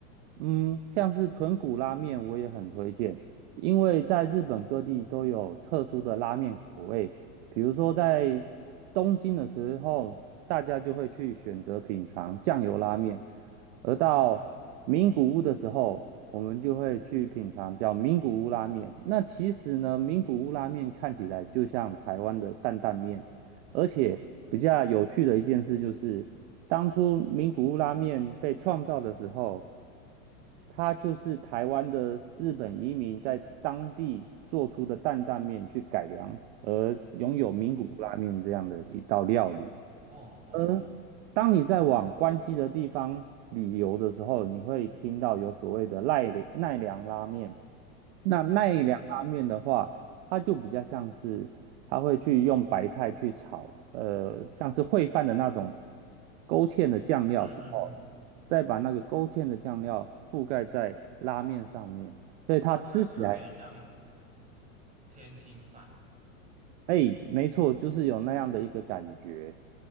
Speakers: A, on the right (about 50°); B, on the right (about 15°).
A: 嗯，像是豚骨拉面，我也很推荐，因为在日本各地都有特殊的拉面口味，比如说在东京的时候，大家就会去选择品尝酱油拉面，而到名古屋的时候，
B: 嗯，
A: 我们就会去品尝叫名古屋拉面。那其实呢，名古屋拉面看起来就像台湾的担担面，而且比较有趣的一件事就是，当初名古屋拉面被创造的时候。它就是台湾的日本移民在当地做出的担担面去改良，而拥有名古屋拉面这样的一道料理。
B: 哦，哦哦哦
A: 而当你在往关西的地方旅游的时候，你会听到有所谓的奈良奈良拉面。那奈良拉面的话，
B: 哦，
A: 它就比较像是，它会去用白菜去炒，呃，像是烩饭的那种勾芡的酱料之后
B: 嗯嗯嗯。
A: 再把那个勾芡的酱料覆盖在拉面上面，所以它吃起来，
B: 这是有点像天津饭
A: 哎，没错，就是有那样的一个感觉。